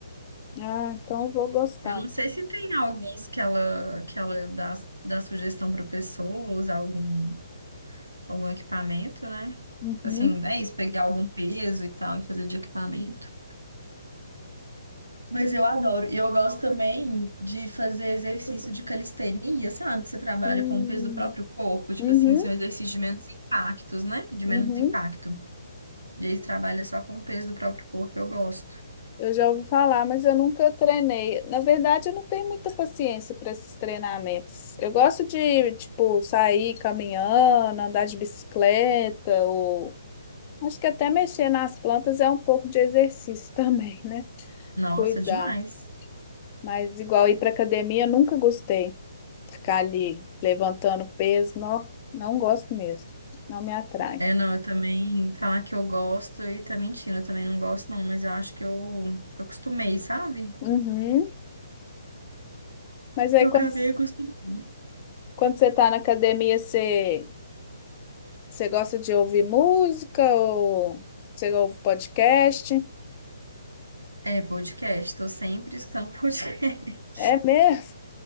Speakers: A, on the left (about 30°); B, on the right (about 85°).
A: Ah, então eu vou gostar.
B: Eu não sei se tem alguns que ela, que ela dá, dá sugestão para pessoa usar algum, algum equipamento, né?
A: Uhum.
B: Assim, é isso, pegar algum peso e tal e fazer de equipamento. Mas eu adoro. E eu gosto também de fazer exercício de calistenia, sabe? Que você trabalha
A: Hum.
B: com o peso do próprio corpo. Tipo
A: Uhum.
B: assim, são exercícios de menos impactos, né? De
A: Uhum.
B: menos impacto. E aí você trabalha só com o peso do próprio corpo, eu gosto.
A: Eu já ouvi falar, mas eu nunca treinei. Na verdade, eu não tenho muita paciência para esses treinamentos. Eu gosto de, tipo, sair caminhando, andar de bicicleta, ou acho que até mexer nas plantas é um pouco de exercício <laughs> também, né?
B: Nossa,
A: Cuidar.
B: demais.
A: Mas igual ir para academia, eu nunca gostei. Ficar ali levantando peso, não, não gosto mesmo. Não me atrai.
B: É, não, eu também falar que eu gosto e tá mentindo, eu também não gosto, não, mas eu acho que eu, eu acostumei, sabe?
A: Uhum. Mas aí
B: Eu
A: quando,
B: acabei acostumando.
A: quando você tá na academia, você Você gosta de ouvir música ou você ouve podcast?
B: É, podcast, tô sempre escutando podcast. <laughs>
A: É mesmo?